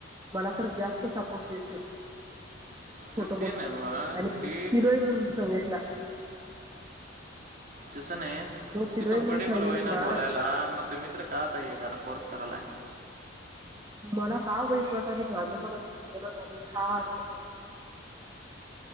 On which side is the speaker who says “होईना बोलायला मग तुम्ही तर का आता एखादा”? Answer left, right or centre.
Right